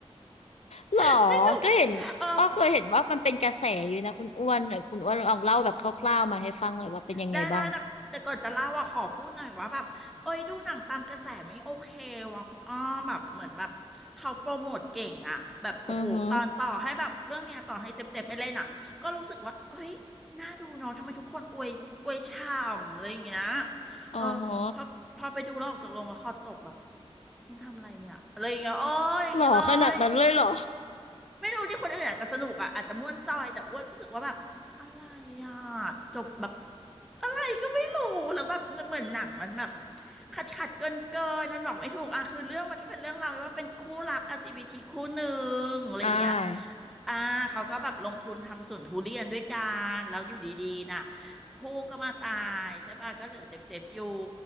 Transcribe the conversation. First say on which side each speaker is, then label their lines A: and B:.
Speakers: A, on the left; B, in the centre.
A: เหรอ
B: <laughs> ไม่หนุก
A: ก็เห็นอ้อเคยเห็นว่ามันเป็นกระแสอยู่นะคุณอ้วนหน่อยคุณอ้วนลองเล่าแบบคร่าวๆมาให้ฟังหน่อยว่าเป็นยังไงบ้าง
B: เออ ได้ได้แต่แต่ก่อนจะเล่าว่าขอพูดหน่อยว่าแบบเอ้ยดูหนังตามกระแสไม่โอเคว่ะคุณอ้อมแบบเหมือนแบบเขาโปรโมทเก่งอะแบบโอ้โหตอนต่อให้แบบเรื่องเนี้ยต่อให้เจ็บๆไม่เล่นอะก็รู้สึกว่าเอ้ยน่าดูเนาะทำไมทุกคนอวยอวยฉ่ำอะไรอย่างเงี้ย
A: อือฮึอ๋อฮะ
B: เออพอพอไปดูแล้วออกจากโรงละครตกแบบคุณทำอะไรเนี่ยอะไรอย่างเงี้ยโอ้ยอย่างงี้เลย
A: เหรอขนาดนั้นเลยเหรอ
B: ไม่รู้ที่คนอื่นอาจจะสนุกอ่ะอาจจะม่วนจอยแต่อ้วนรู้สึกว่าแบบอะไรอ่ะจบแบบอะไรก็ไม่รู้แล้วแบบเหมือนหนังมันแบบขัดขัดเกินเกินมันบอกไม่ถูกอ่ะคือเรื่องมันก็เป็นเรื่องราวว่าเป็นคู่รัก LGBT คู่หนึ่งอะไรอย่างเงี้ย
A: อ่า
B: อ่าเขาก็แบบลงทุนทำสวนทุเรียนด้วยกันแล้วอยู่ดีๆน่ะผู้ก็มาตายใช่ป่ะก็เหลือเจ็บๆอยู่